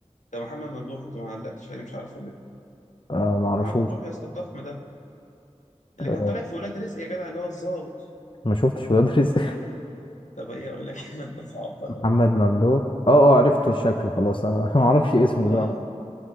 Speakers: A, on the left (about 85°); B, on the left (about 45°).
A: ده محمد ممدوح انت ما علقتش عليه مش عارف ولا إيه.
B: آه ما اعرفوش
A: محمد ممدوح يا اسطى الضخم ده اللي
B: آه
A: كان طالع في ولاد رزق يا جدع اللي هو الظابط
B: ما شفتش ولاد رزق
A: طب ايه اقول لك <laughs> ما انت صعبتها
B: <laughs> محمد ممدوح اه اه عرفت شكله خلاص انا <laughs> ما اعرفش اسمه
A: اه
B: بقى